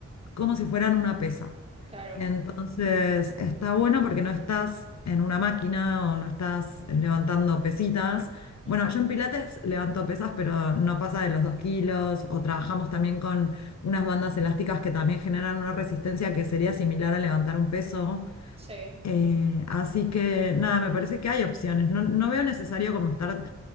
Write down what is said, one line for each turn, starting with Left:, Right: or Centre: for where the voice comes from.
Left: como si fueran una pesa.
Right: claro.
Left: Entonces está bueno porque no estás en una máquina o no estás levantando pesitas.
Right: Ujú.
Left: Bueno, yo en Pilates levanto pesas, pero no pasa de los dos kilos. O trabajamos también con unas bandas elásticas que también generan una resistencia que sería similar a levantar un peso.
Right: Sí.
Left: Eh, así que nada, me parece que hay opciones. No, no veo necesario como estar